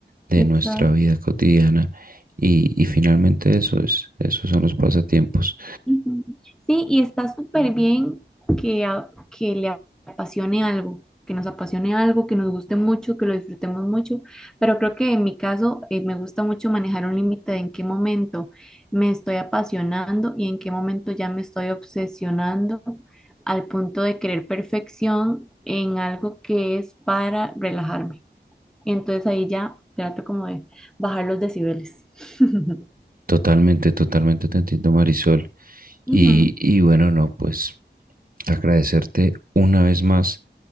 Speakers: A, on the right (about 50°); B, in the centre.
A: de
B: Exacto.
A: nuestra vida cotidiana y, y finalmente eso es, esos son los pasatiempos.
B: Ujú. Sí, y está súper bien que, a- que le apasione algo, que nos apasione algo, que nos guste mucho, que lo disfrutemos mucho, pero creo que en mi caso eh, me gusta mucho manejar un límite de en qué momento me estoy apasionando y en qué momento ya me estoy obsesionando al punto de querer perfección en algo que es para relajarme. Y entonces ahí ya trato como de bajar los decibeles. <laughs>
A: Totalmente, totalmente te entiendo, Marisol.
B: Ujú.
A: Y, y bueno, no, pues agradecerte una vez más